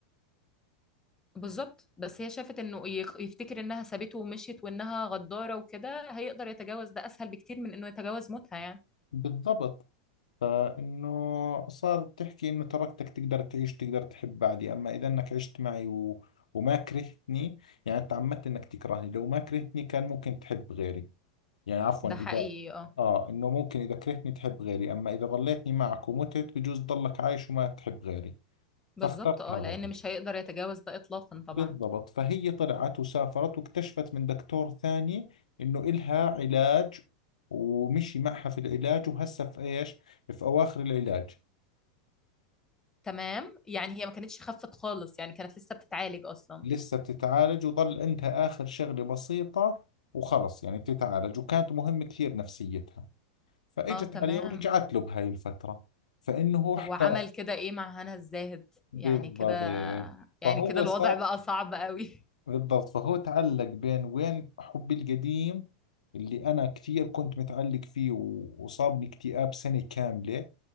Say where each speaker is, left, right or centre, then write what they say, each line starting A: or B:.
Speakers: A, on the left; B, on the left.
A: بالظبط بس هي شافت انه يخ- يفتكر انها سابته ومشيت وانها غدارة وكده هيقدر يتجاوز ده اسهل بكتير من انه يتجاوز موتها يعني
B: بالضبط فإنه صارت تحكي إنه تركتك تقدر تعيش تقدر تحب بعدي أما إذا إنك عشت معي و... وما كرهتني يعني تعمدت إنك تكرهني لو ما كرهتني كان ممكن تحب غيري يعني عفوا
A: ده
B: إذا
A: حقيقي اه
B: آه إنه ممكن إذا كرهتني تحب غيري أما إذا ظليتني معك ومتت بجوز ضلك عايش وما تحب غيري
A: بالظبط
B: فاخترت
A: اه
B: هذا
A: لان
B: الوجه
A: مش هيقدر يتجاوز ده اطلاقا طبعا
B: بالضبط فهي طلعت وسافرت واكتشفت من دكتور ثاني إنه إلها علاج ومشي معها في العلاج وهسه في إيش في أواخر العلاج
A: تمام يعني هي ما كانتش خفت خالص يعني كانت لسه بتتعالج اصلا
B: لسه بتتعالج وظل عندها آخر شغلة بسيطة وخلص يعني بتتعالج وكانت مهم كثير نفسيتها فإجت
A: اه تمام
B: عليه ورجعت له بهاي الفترة فإنه هو
A: طب
B: احتار
A: وعمل كده ايه مع هنا الزاهد
B: بالضبط
A: يعني كده يعني
B: فهو
A: كده الوضع
B: صار
A: بقى صعب قوي
B: بالضبط فهو تعلق بين وين حبي القديم اللي أنا كثير كنت متعلق فيه و- وصابني اكتئاب سنة كاملة